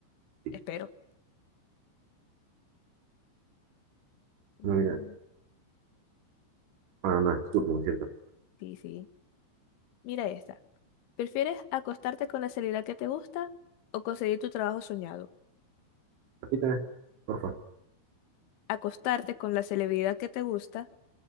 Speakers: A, on the right; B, on the left.
A: Sí.
B: Espero.
A: No,
B: Mm,
A: mira, bueno, no es tu turno, ¿no es cierto?
B: Sí, sí. Mira esta. ¿Prefieres acostarte con la celebridad que te gusta o conseguir tu trabajo soñado?
A: Repíteme, por favor.
B: Acostarte con la celebridad que te gusta